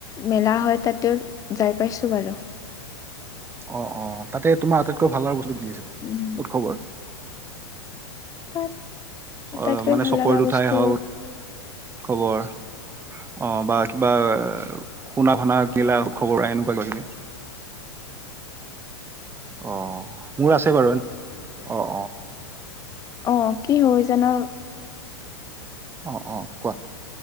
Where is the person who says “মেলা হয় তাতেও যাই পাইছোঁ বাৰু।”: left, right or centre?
Left